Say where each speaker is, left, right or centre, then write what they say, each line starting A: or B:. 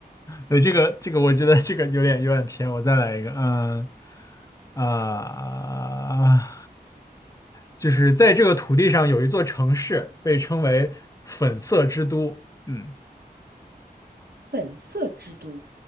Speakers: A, on the left (about 20°); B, on the right (about 75°).
A: 对，这个这个，我觉得这个有点有点偏。我再来一个，嗯啊、就是在这个土地上有一座城市，被称为粉色之都。嗯，
B: 《粉色之都》，